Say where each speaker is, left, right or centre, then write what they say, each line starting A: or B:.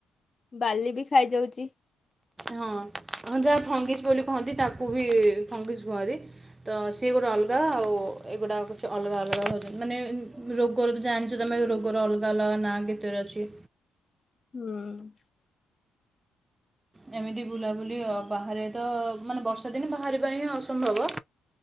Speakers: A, on the left; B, on the right.
A: ବାଲି ବି ଖାଇ ଯାଉଚି।
B: ହଁ ଆପଣ ଯାହା ଫଙ୍ଗେସ୍ ବୋଲି କହନ୍ତି ତାକୁ ବି ଫଙ୍ଗେସ୍ କୁହନ୍ତି। ତ ସିଏ ଗୋଟେ ଅଲ୍ଗା, ଆଉ ଏଗୁଡ଼ା କିଛି ଅଲଗା ଅଲଗା ହେଉଛନ୍ତି ମାନେ ଉ ରୋଗର ତ ଜାଣିଛ ତମେ ରୋଗର ଅଲଗା ଅଲଗା ନାଁ କେତେରେ ଅଛି।
A: ହୁଁ।
B: ଯେମିତି ବୁଲାବୁଲି ଅ ବାହାରେ ତ ମାନେ ବର୍ଷା ଦିନେ ବାହାରିବା ହିଁ ଅସମ୍ଭବ।